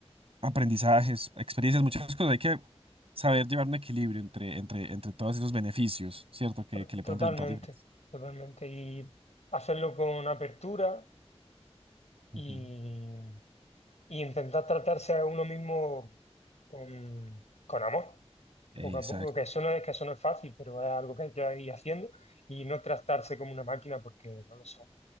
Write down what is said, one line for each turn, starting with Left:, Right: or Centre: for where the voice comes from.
Right: aprendizajes, experiencias,
Left: co-
Right: muchas cosas. Hay que saber llevar un equilibrio entre, entre, entre todos esos beneficios, ¿cierto? Que,
Left: to-
Right: que le
Left: totalmente,
Right: pueden presentar diferentes.
Left: totalmente. Y hacerlo con apertura y,
Right: Ujú.
Left: y intentar tratarse a uno mismo con, con amor,
Right: Exacto,
Left: poco a poco, que eso no es, que eso no es fácil, pero es algo que hay que ir haciendo y no tratarse como una máquina porque no lo son.